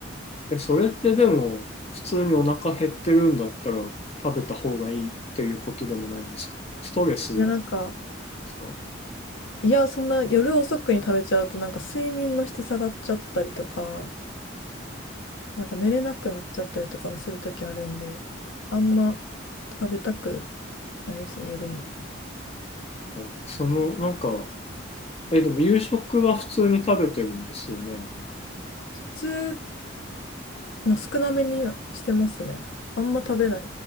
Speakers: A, on the left; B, on the left.
A: え、それってでも、普通にお腹減ってるんだったら食べた方がいいっていうことでもないんですかストレスで
B: いや、なんか、
A: すか
B: いや、そんな夜遅くに食べちゃうとなんか睡眠の質下がっちゃったりとか、なんか寝れなくなっちゃったりとかもする時あるんで、あんま食べたくないですね、夜に。普
A: あーその、なんか、え、でも夕食は普通に食べてるんですよね。
B: 通、まあ、少なめになしてますね。あんま食べない。